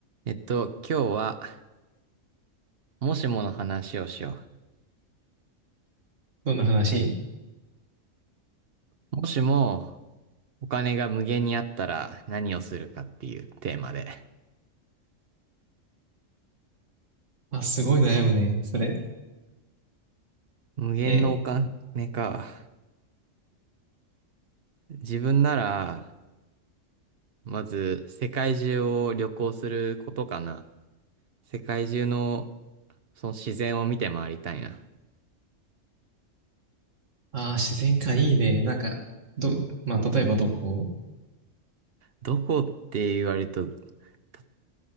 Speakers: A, on the right (about 55°); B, on the right (about 70°).
A: えっと、今日は、もしもの話をしよう。
B: どんな話
A: え、もしも、お金が無限にあったら何をするかっていうテーマで。
B: あ、すごい悩むね、それ。
A: 無限のお金か。
B: え、
A: 自分なら、まず、世界中を旅行することかな。世界中の、その自然を見て回りたいな。
B: あー、自然かいいね。なんか、ど、まあ、例えばどこ
A: どこって言われると、た